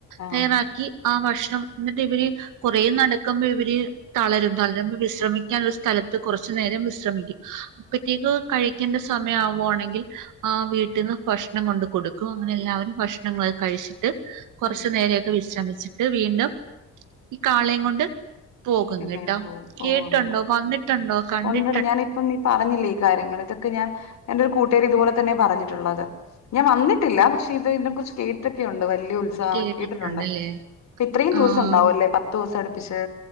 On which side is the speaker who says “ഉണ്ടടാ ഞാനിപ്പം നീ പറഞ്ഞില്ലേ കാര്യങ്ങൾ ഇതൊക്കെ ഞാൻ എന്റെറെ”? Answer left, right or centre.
Left